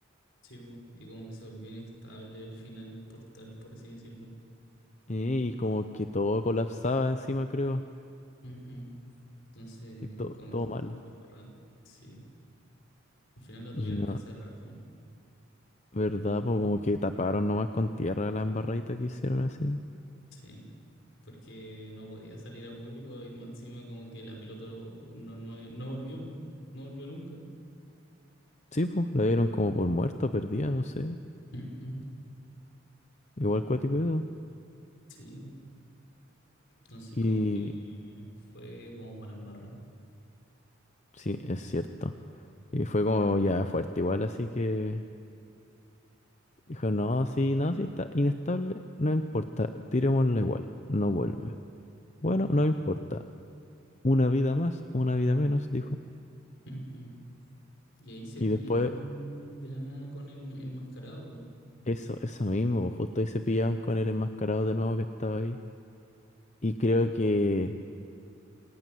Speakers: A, on the left; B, on the left.
A: Sí, po, y como que se volvió inestable al final el portal, por así decirlo.
B: y como que todo colapsaba encima, creo.
A: Ujú. Entonces,
B: Y todo,
A: como
B: todo
A: que
B: mal.
A: quedó la embarrada. Sí, al final lo
B: Y
A: tuvieron
B: no,
A: que cerrar, po.
B: ¿verdad? Pues como que taparon nomás con tierra la embarradita que hicieron así.
A: Sí, porque no podía salir a público y más encima como que la piloto no, no, no volvió, po. No volvió nunca.
B: Sí, pues, la dieron como por muerta, perdida, no sé.
A: Ujú.
B: Igual cuático eso.
A: Sí, entonces
B: Y
A: como que fue como para embarrar,
B: sí, es cierto. Y fue como ya fuerte igual, así que dijo, no, sí, no, sí está inestable, no importa, tirémosla igual, no vuelve. Bueno,
A: literal.
B: no importa. Una vida más, una vida menos, dijo.
A: Ujú. Y ahí se
B: Y
A: pillan
B: después,
A: de la nada con el enmascarado, po.
B: eso, eso mismo, pues, justo ahí se pillaban con el enmascarado de nuevo que estaba ahí. Y creo que,